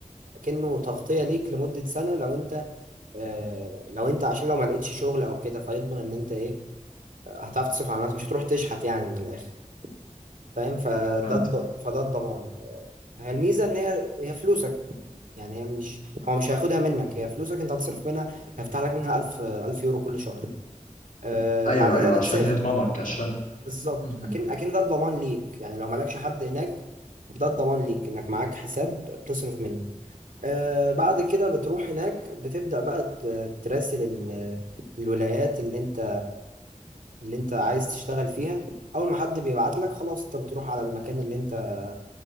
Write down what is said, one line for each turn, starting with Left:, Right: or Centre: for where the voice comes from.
Right: كأنه تغطية ليك لمدة سنة لو انت آه لو انت عشان لو ما لقيتش شغل او كده فيضمن ان انت ايه هتعرف تصرف على نفسك مش هتروح تشحت يعني من الاخر فاهم فده
Left: فهمت
Right: الض... فده الضمان هي الميزة ان هي هي فلوسك يعني هي مش هو مش هياخدها منك هي فلوسك انت هتصرف منها هيفتح لك منها 1000 1000 يورو كل شهر آه
Left: أيوه
Right: بعد كده
Left: أيوه
Right: بتسافر
Left: عشان يضمنك عشان
Right: بالظبط
Left: مم.
Right: اكن اكن ده الضمان ليك يعني لو مالكش حد هناك ده الضمان ليك انك معاك حساب بتصرف منه آه بعد كده بتروح هناك بتبدأ بقى ت- تراسل ال- الولايات اللي انت اللي انت عايز تشتغل فيها اول ما حد بيبعت لك خلاص انت بتروح على المكان اللي انت